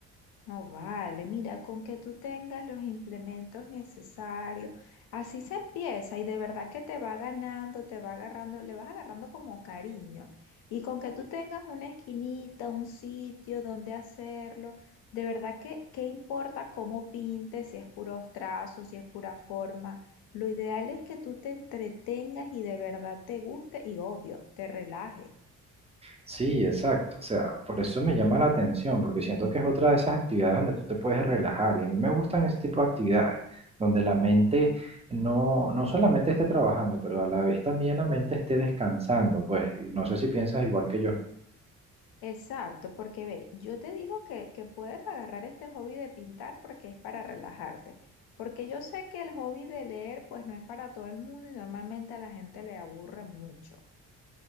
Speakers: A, on the left; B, on the right.
A: No vale, mira, con que tú tengas los implementos necesarios, así se empieza y de verdad que te va ganando, te va agarrando, le vas agarrando como cariño. Y con que tú tengas una esquinita, un sitio donde hacerlo, de verdad que, ¿qué importa cómo pintes, si es puros trazos, si es pura forma? Lo ideal es que tú te entretengas y de verdad te guste y obvio, te relajes.
B: Sí, exacto. O sea, por eso me llama la atención, porque siento que es otra de esas actividades donde tú te puedes relajar. Y a mí me gustan ese tipo de actividades, donde la mente no, no solamente esté trabajando, pero a la vez también la mente esté descansando. Pues y no sé si piensas igual que yo.
A: Exacto, porque ve, yo te digo que, que puedes agarrar este hobby de pintar porque es para relajarte, porque yo sé que el hobby de leer pues no es para todo el mundo y normalmente a la gente le aburre mucho.